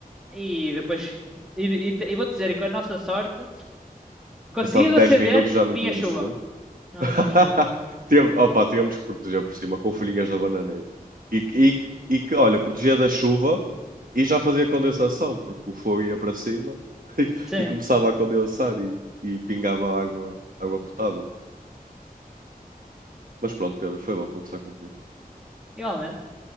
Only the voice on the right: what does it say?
Passado 10
minutos já não
tínhamos
fogo.
<laughs>
Tem- opá, tínhamos que proteger por cima com folhinhas da bananeira. E, e, e que, olha, protegia da chuva e já fazia condensação, porque o fogo ia para cima <laughs> e,
e começava a condensar e, e pingava água, água potável. Mas pronto, Pedro, foi bom conversar contigo.